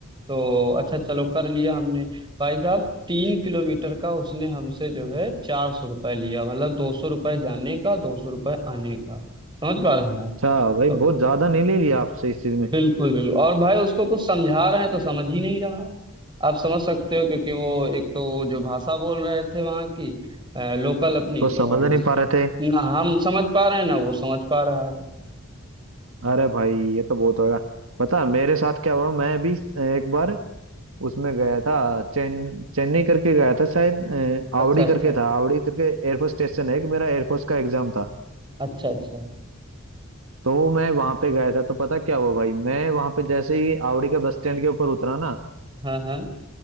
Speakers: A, on the right; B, on the right.
A: तो अच्छा चलो कर लिया हमने भाई साहब तीन किलोमीटर का उसने हमसे जो है चार सौ रुपये लिया मतलब दो सौ रुपये जाने का दो सौ रुपये आने का समझ पा रहे हैं आप
B: अच्छा भाई
A: तो
B: बहुत ज्यादा नहीं ले लिया आपसे इस चीज में
A: बिल्कुल बिल्कुल और भाई उसको कुछ समझा रहे हैं तो समझ ही नहीं रहा है। आप समझ सकते हो क्योंकि वो एक तो वो जो भाषा बोल रहे थे वहाँ की लोकल अपनी
B: कुछ
A: तो
B: समझ
A: हम
B: नहीं पा रहे थे
A: ना हम समझ पा रहे हैं ना वो समझ पा रहा है
B: अरे भाई ये तो बहुत होगा पता है, मेरे साथ क्या हुआ मैं भी एक बार उसमें गया था चेन चेन्नई करके गया था शायद अ,
A: अच्छा
B: आवड़ी
A: अच्छा
B: करके था आवड़ी करके एयरफोर्स स्टेशन है कि मेरा एयरफोर्स का एग्जाम था
A: अच्छा अच्छा
B: तो मैं वहां पे गया था तो पता क्या हुआ भाई मैं वहां पे जैसे ही आवड़ी के बस स्टैंड के ऊपर उतरा ना
A: हाँ हाँ